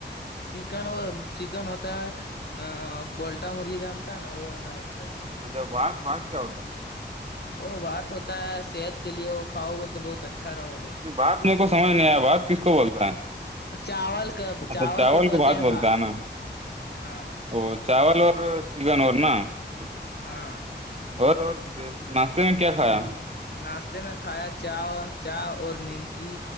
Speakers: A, on the left; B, on the right.
A: چکن وہ چکن ہوتا ہے پلٹا مرغی جانتا ہے نا وہ وال چکن
B: اچھا بھات بھات کیا ہوتا ہے
A: ا بات ہوتا ہے صحت کے لیے کھاؤ گے تو بہت اچھا رہو گے
B: باپ میرے کو سمجھ نہیں آیا بات کس کو بولتا ہے
A: چاول کا
B: اچھا چاول
A: کو کہتے
B: کے بات
A: ہیں
B: بولتا
A: بھات
B: ہے نا
A: ہاں
B: او چاول اور چکن اور نا <inaudible>
A: ہاں
B: اور اور ناشتے میں کیا کھایا
A: ناشتے میں کھایا چا چا اور نیمکی